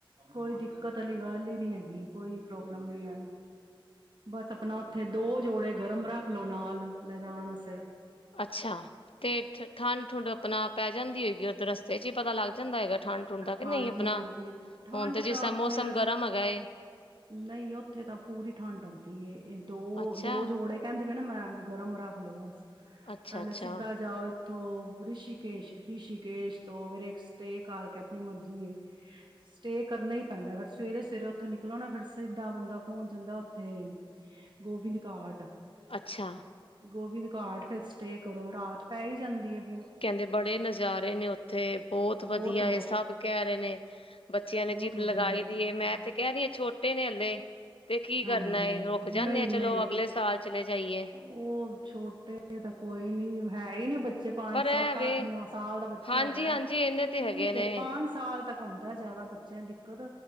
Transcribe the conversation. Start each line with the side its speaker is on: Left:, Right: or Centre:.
Right: ਕੋਈ ਦਿੱਕਤ ਵਾਲੀ ਗੱਲ ਹੀ ਨਹੀ ਹੈਗੀ। <unintelligible> ਕੋਈ ਪ੍ਰੋਬਲਮ ਨਹੀਂ ਹੈ। ਬਸ ਆਪਣਾ ਉੱਥੇ ਦੋ ਜੋੜੇ ਗਰਮ ਰੱਖ ਲਓ ਨਾਲ ਲੈਜਾਣ ਅਸਤੇ।
Left: ਅੱਛਾ, ਤੇ ਠੰਡ ਠੁੰਡ ਅਪਣਾ ਪੈ ਜਾਂਦੀ ਹੈਗੀ ਉੱਧਰ ਰਸਤੇ ਚ ਹੀ ਪਤਾ ਲੱਗ ਜਾਂਦਾ ਹੈਗਾ ਠੰਡ ਹਠੁੰਡਦਾ ਕਿ
Right: ਹਾਂਜੀ
Left: ਨਹੀਂ ਆਪਣਾ
Right: ਹਾਂਜੀ ਠੰਡ
Left: ਹੁਣ ਤੇ ਜਿਸ
Right: ਤਾਂ
Left: ਤਰ੍ਹਾਂ
Right: ਉੱਥੇ
Left: ਮੌਸਮ ਗਰਮ ਹੈਗਾ
Right: ਨਹੀਂ ਉੱਥੇ ਤਾਂ ਪੂਰੀ ਠੰਡ ਆਉਂਦੀ ਇਹ ਦੋ
Left: ਅੱਛਾ
Right: ਦੋ ਜੋੜੇ ਕਹਿੰਦੇ ਨਾ ਮੈਂ ਗਰਮ ਰੱਖਲੋ ਬਸ
Left: ਅੱਛਾ
Right: ਪਹਿਲੇ
Left: ਅੱਛਾ
Right: ਸਿੱਧਾ ਜਾਓ ਥ ਰਿਸ਼ੀਕੇਸ਼ ਰਿਸ਼ੀਕੇਸ਼ ਤੋਂ ਫੇਿਰ ਇੱਕ ਸਟੇ ਕਰਕੇ ਆਪਣੀ ਮਰਜੀੀ ਏ ਸਟੇਅ ਕਰਨਾ ਹੀ ਪੈਂਦਾ ਫਿਰ ਸਵੇਰੇ ਸਵੇਰੇ ਉੱਥੋਂ ਨ ਗਲੋਣਾ ਫਿਰ ਸਿੱਦਾਂ ਬੰਦਾ ਪਹੁੰਚ ਜਾਂਦਾ ਤੇ ਗੋਵਿੰਦ ਘਾਟ।
Left: ਅੱਛਾ
Right: ਗੋਵਿੰਦ ਘਾਟ ਸਟੇਅ ਕਰੋ ਰਾਤ ਪੈ ਈ ਜਾਂਦੀ ਏ।
Left: ਕੈਦੇ ਬੜੇ ਨਜ਼ਾਰੇ ਨੇ ਉੱਥੇ, ਬੌਤ ਵਧੀਆ
Right: ਬਹੁਤ
Left: ਏ ਸਭ ਕੈ ਰੇ ਨੇ। ਬੱਚਿਆਂ ਨੇ
Right: ਬਹੁਤ
Left: ਜਿੱਦ
Right: ਵਧੀਆ
Left: ਲਗਾਈ
Right: ਹੈ।
Left: ਦੀ ਏ। ਮੈਂ ਤੇ ਕੈਰੀ ਆ ਛੋਟ ਤੇ ਨੇ ਹਲੇ। ਤੇ ਕੀ
Right: ਹਾਂਜੀ
Left: ਕਰਨਾ
Right: ਹਾਂਜੀ,
Left: ਏ ਰੁਕ ਜਾਂਦੇ
Right: ਨਹੀਂ
Left: ਆ ਚਲੋ
Right: ਨਹੀਂ
Left: ਅਗਲੇ ਸਾਲ ਚਲੇ ਜਾਈਏ
Right: ਓਹ ਛੋਟੇ ਤਾਂ ਕੋਈ ਨੀ ਹੈ ਈ ਨੀ ਜੇ ਪੰਜ,
Left: ਪਰ
Right: ਸੱਤ,
Left: ਇਹ ਵੇ
Right: ਅੱਠ, ਨੌ ਸਾਲ ਦਾ ਬੱਚਾ
Left: ਹਾਂਜੀ
Right: ਹੈਗਾ।
Left: ਹਾਂਜੀ ਇਹਨੇ ਤੇ
Right: ਠੀਕ
Left: ਹੈਗੇ ਨੇ
Right: ਏ, ਪੰਜ ਸਾਲ ਤੱਕ ਹੁਣ ਤਾਂ ਜਿਆਦਾ ਬੱਚਿਆਂ ਦੀ ਦਿੱਕਤ।